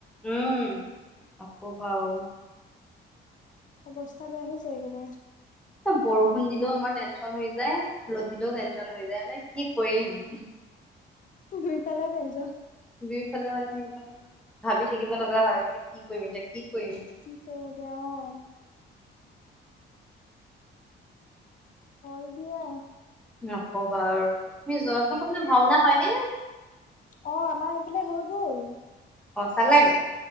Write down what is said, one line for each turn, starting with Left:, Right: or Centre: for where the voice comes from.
Centre: উম আকৌ পাওঁ।
Left: অৱস্থা বেয়া হৈ যায় একেবাৰে।
Centre: বৰষুণ দিলেওঁ আমাৰ টেনচন হৈ যায়, ৰ'দ দিলেওঁ টেনচন হৈ যায় নে কি। কি কৰিম।
Left: দুই ফালে টেনচন।
Centre: দুইফালে মানে একদম ভাবি থাকিব লগা হয় মানে কি কৰিম এতিয়া। কি কৰিম
Left: কি কৰিম এতিয়া অ' হয় দিয়া।
Centre: নকবা আৰু তুমি <unintelligible> ভাওনা হয় নে?
Left: অ' আমাৰ এইফালে হৈ গ'ল।
Centre: অ' চালা গে।